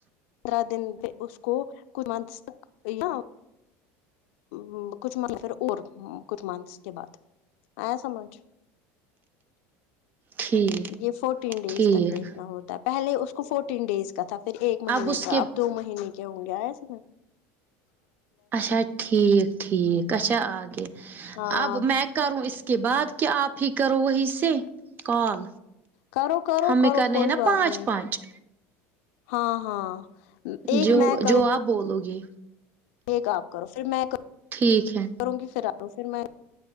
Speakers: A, on the left; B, on the right.
A: پندرہ دن پے اس کو کچھ مونتس تک ہاں وں کچھ منتھ پھر اور کچھ منتھس کے بعد آیا سمجھ
B: ٹھیک
A: یہ فورٹین ڈیز
B: ٹھیک
A: تک دیکھنا ہوتا ہے پہلے اس کو فورٹین ڈیز کا تھا پھر ایک مہینے
B: اس
A: کا
B: کے
A: اب دو مہینے کیا ہوگیا اس میں
B: اچھا ٹھیک ٹھیک اچھا آگے
A: ہاں
B: اب میں کروں ا اس کے بعد کہ آپ ہی کرو وہی سے کال
A: کرو کرو
B: ہمیں
A: کرو
B: کرنے
A: کوئی
B: ہیں نا
A: بات
B: پانچ
A: نہیں
B: پانچ
A: ہاں ہاں ایک
B: جو
A: میں کروں
B: جو آپ بولو گے
A: ایک آپ کرو پھر میں کروں
B: ٹھیک ہے
A: کروں گی پھر آپ پھر میں